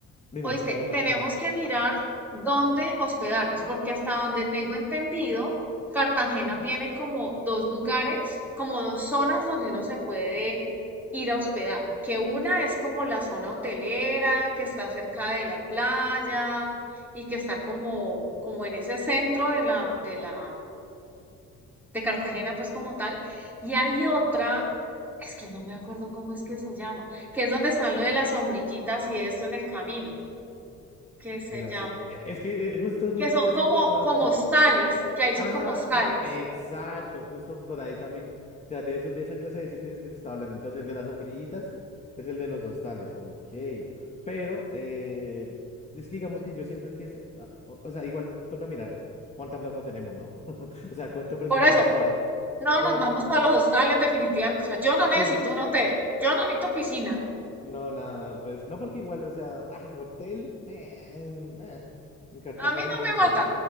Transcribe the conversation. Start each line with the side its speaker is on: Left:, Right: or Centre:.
Left: Dime,
Centre: Oíste,
Left: ¿me ibas
Centre: tenemos
Left: a decir algo?
Centre: que mirar dónde hospedarnos, porque hasta donde tengo entendido, Cartagena tiene como dos lugares, como dos zonas donde uno se puede ir a hospedar, que una es como la zona hotelera, que está cerca de la playa y que está como, como en ese centro de la, de la, de Cartagena, pues como tal, y hay otra, es que no me acuerdo cómo es que se llama, que es donde están lo de las sombrillitas y esto en el camino que se
Left: De la
Centre: llama
Left: o- e- Es que eh, justo, justo
Centre: que son
Left: de eso
Centre: como,
Left: te estaba
Centre: como
Left: hablando.
Centre: hostales, que ahí son
Left: Ajá,
Centre: como hostales.
Left: ah, exacto, justo por ahí también. O sea, de eso, de esa clase de sitios es que se estaba hablando. Entonces, el de las sombrillitas es el de los hostales, ok. Pero, eh, es que digamos que yo siento que es, ah, o, o sea, igual toca mirar cuánta plata tenemos, ¿no? <laughs> O sea, cuánto presupuesto
Centre: Por eso,
Left: hay.
Centre: no
Left: Porque,
Centre: nos vamos para los hostales definitivamente. O sea, yo no necesito
Left: sí.
Centre: un hotel, yo no necesito piscina.
Left: No, nada, pues no porque igual, o sea, ah, hotel, meh, en meh, en Cartagena,
Centre: A mí no
Left: o
Centre: me
Left: sea,
Centre: mata.